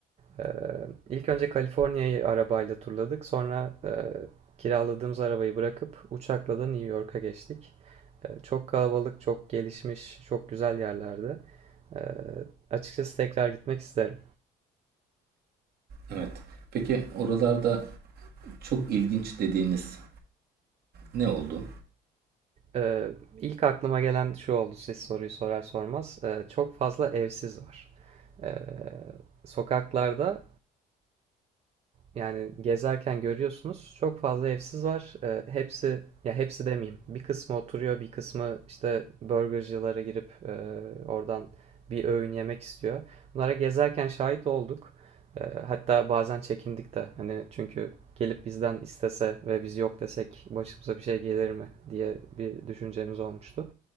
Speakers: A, on the right; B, on the right.
A: E, İlk önce Kaliforniya'yı arabayla turladık. Sonra e, kiraladığımız arabayı bırakıp uçakla da New York'a geçtik. Ee, Çok kalabalık, çok gelişmiş, çok güzel yerlerde. E, açıkçası tekrar gitmek isterim.
B: Evet. Peki oralarda çok ilginç dediğiniz ne oldu?
A: Ee, ilk aklıma gelen şu oldu siz soruyu sorar sormaz. Ee, çok fazla evsiz var. Ee, sokaklarda yani gezerken görüyorsunuz çok fazla evsiz var. Ee, hepsi ya hepsi demeyeyim. Bir kısmı oturuyor, bir kısmı işte burgercılara girip e, oradan bir öğün yemek istiyor. Bunlara gezerken şahit olduk. Ee, hatta bazen çekindik de hani çünkü gelip bizden istese ve biz yok desek başımıza bir şey gelir mi diye bir düşüncemiz olmuştu.